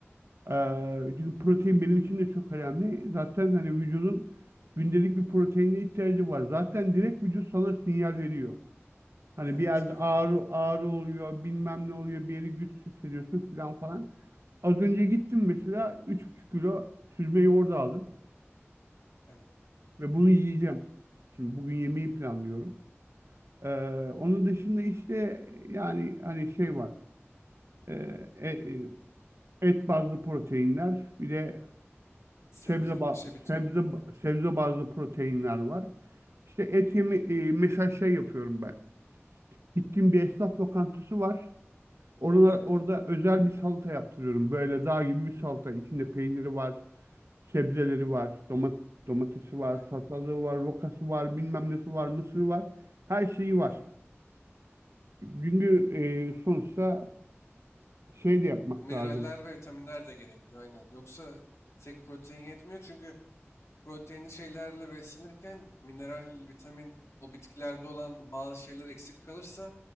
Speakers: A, on the right (about 70°); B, on the left (about 75°).
A: Ee, çünkü protein benim için de çok önemli. Zaten hani vücudun gündelik bir proteine ihtiyacı var. Zaten direkt vücut sana sinyal veriyor. Hani
B: evet
A: bir yerde
B: öyle.
A: ağrı ağrı oluyor, bilmem ne oluyor, bir yeri güçsüz hissediyorsun falan falan. Az önce gittim mesela üç buçuk kilo süzme yoğurdu aldım.
B: Evet.
A: Ve bunu yiyeceğim. Şimdi bugün yemeği planlıyorum. Ee, onun dışında işte yani hani şey var. Ee, e- e- et bazlı proteinler, bir de
B: Sebze,
A: sebze ba-
B: bir şey bitki.
A: sebze
B: Evet,
A: ba- sebze bazlı proteinler var. İşte et yemi e, mesela şey yapıyorum ben. Gittiğim bir esnaf lokantası var. Oralar,
B: evet.
A: orada özel bir salata yaptırıyorum. Böyle dağ gibi bir salata. İçinde peyniri var. Sebzeleri var, domat domatesi var,
B: Aynen,
A: salatalığı var, rokası var, bilmem nesi var, mısırı var. Her şeyi var.
B: aynen.
A: Çünkü e, sonuçta şey de yapmak
B: Mineraller
A: lazım.
B: ve vitaminler de gerekiyor, aynen. Yoksa tek protein yetmiyor çünkü proteinli şeylerle beslenirken mineral, vitamin, o bitkilerde olan bazı şeyler eksik kalırsa